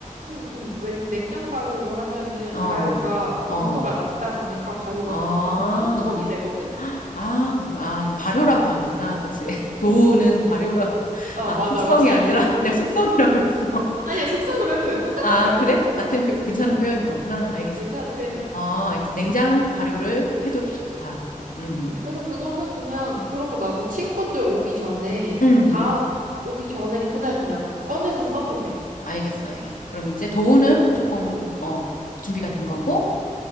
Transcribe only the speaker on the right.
응, 응. 왜냐면 냉장 발효로 하면은
발효가
온도가 낮다 보니까 발효가
엄청 천천히 되거든?
응,
응, 응,
응. 어,
맞아,
맞아.
아니야, 숙성으로 해도 돼. 똑같은
거야, 똑같은
거.
응,
응, 응.
응.
응. 괜찮은 표현이야.
응, 그래서 그거는 그냥 그러고 나서 친구들 오기 전에,
다 오기 전에 그날 그냥 꺼내서 써도 돼.